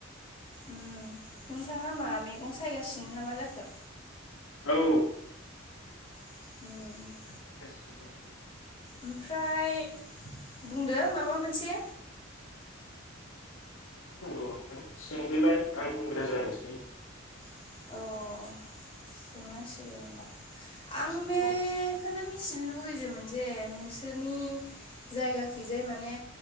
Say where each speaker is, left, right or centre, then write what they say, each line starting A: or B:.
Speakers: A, on the left; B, on the left.
A: उम नोंथाङा मा मैगं सायगासिनो ना मा जाखो?
B: औ
A: <inaudible>
B: <inaudible>
A: ओमफ्राय बुंदो माबा मोनसे
B: मा बुंनांगौ नोंथां सोंदोलाय आं बुंग्रा जानोसै
A: अ' सोंनांसिगौ होमबा आं मेखौनो
B: औ
A: मिथि मिन्थिनो लुुबैदोंमोन जे नोंसोरनि जायगाखिजाय माने